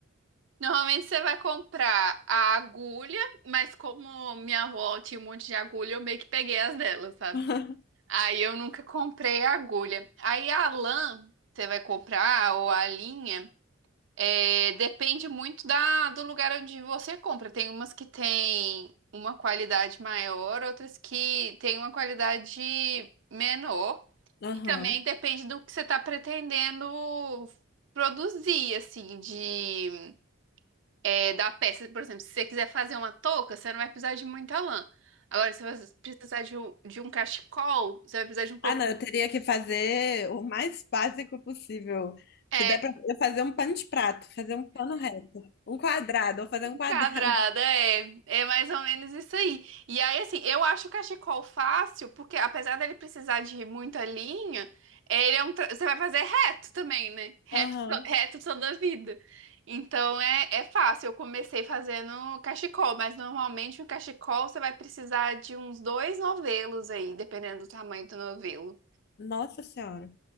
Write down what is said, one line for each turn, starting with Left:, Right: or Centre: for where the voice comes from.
Right: Normalmente você vai comprar a agulha, mas como minha avó tinha um monte de agulha, eu meio que peguei as dela, sabe?
Left: <laughs>
Right: Aí eu nunca comprei a agulha. Aí a lã, você vai comprar, ou a linha, é, depende muito da, do lugar onde você compra. Tem umas que tem uma qualidade maior, outras que tem uma qualidade menor.
Left: Aham.
Right: E também depende do que você está pretendendo produzir, assim, de é, da peça. Por exemplo, se você quiser fazer uma touca, você não vai precisar de muita lã. Agora, se você precisar de um, de um cachecol, você vai precisar de um pouco.
Left: Ah, não, eu teria que fazer o mais básico possível.
Right: é
Left: Se der pra eu fazer um pano de prato, fazer um pano reto, um quadrado, eu vou fazer um quadrado.
Right: Quadrada, é. É mais ou menos isso aí. E aí, assim, eu acho o cachecol fácil, porque apesar dele precisar de muita linha, é, ele é um. tra- Você vai fazer reto também, né? Reto,
Left: Aham.
Right: to- reto toda a vida. Então é, é fácil. Eu comecei fazendo cachecol, mas normalmente um cachecol você vai precisar de uns dois novelos aí, dependendo do tamanho do novelo.
Left: Nossa Senhora.